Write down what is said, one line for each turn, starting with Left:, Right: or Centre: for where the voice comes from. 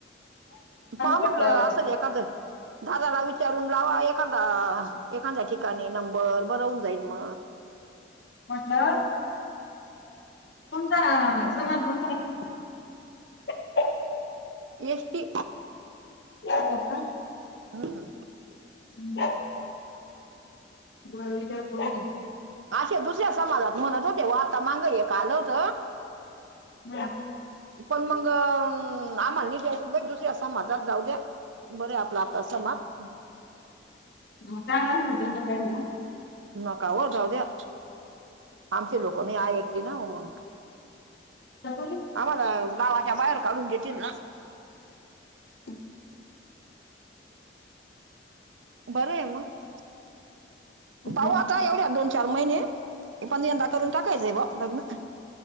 Right: पा
Left: म्हटलं
Right: म्हलं असं क दादाला विचारून लावा एखादा एखादा्या ठिक नंबर बन जाई म
Left: म्हटलं तुमचा समाज कोणता आहे
Right: एष्टी
Left: हो का
Right: हा
Left: हम् बर तर बोल ना
Right: असे दुसऱ्या समाजात म्हणत होते व आता मग हे का आलं होत
Left: हम्
Right: पण मग आमली द्यायची ब दुसर अस माझात जाऊ द्या बर आपला आपला समाज
Left: चांगला असल तीन टकायला
Right: नका हो जाऊद्या आमचे लोकनी आहे एकती ना मग
Left: सग
Right: आम्हाला गावाच्या बाहेर काढून देतील ना
Left: तर
Right: बरं आहे मग
Left: नाही
Right: पाहू
Left: आहे
Right: आता एवढ्या दोन चार महिने पण यंदा करून टाकायचं ब लग्न